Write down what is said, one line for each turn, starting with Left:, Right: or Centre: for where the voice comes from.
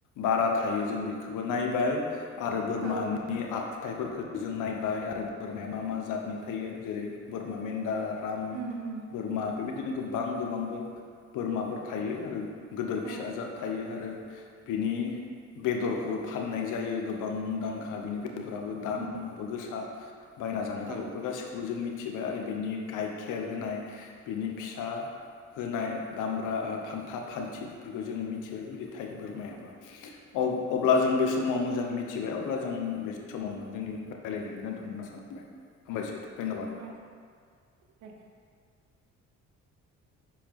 Left: बारा थायो जों बेखोबो नायबाय। आरो बोरमानि
Right: औ
Left: आखुथायाइफोखो जों नायबाय आरो बोरमाया मा मा जादों नि थायो जेरै बोरमा मेन्दार राम
Right: उम उम
Left: बोरमा बेबायदिनो गोबां गोबां बोर बोरमाफोर थायो आरो गिदिर फिसाजाद
Right: औ
Left: थायो आरो बिनि बेदरखौबो फाननाय जायो गोबां मुंदांखा बिनि बेदराबो दामाबो
Right: उम
Left: गोसा बायना जानो
Right: औ
Left: थाखाय बेफोर गासिखौबो जों मिथि मिथिबाय आरो बिनि गाइखेर होनाय बिनि फिसा होनाय दामब्रा फानथाब फान्थिफोरखौ जोङो बेबादि थायो बोरमायाबो अ अब्ला जों बे समाव मोजां मित थिबाय अब्ला जों बे समावनो जोंनि रायलायनायखौ दोन्थ'नो होनना सानबाय हामबायसै धन्यबाद
Right: औ दे औ